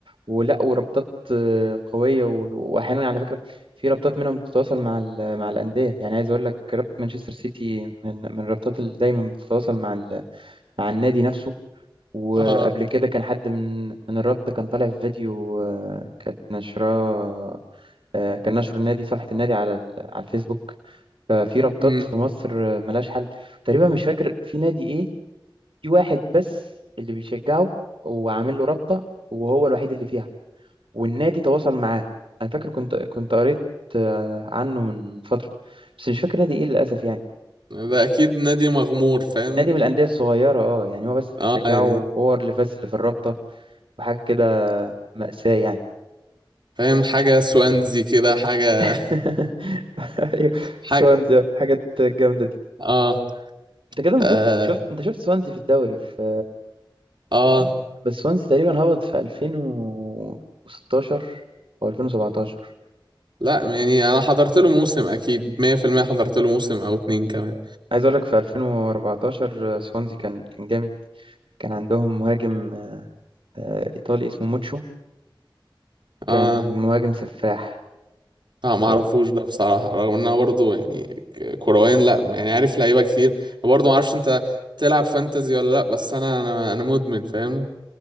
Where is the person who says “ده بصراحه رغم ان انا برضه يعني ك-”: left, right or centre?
Right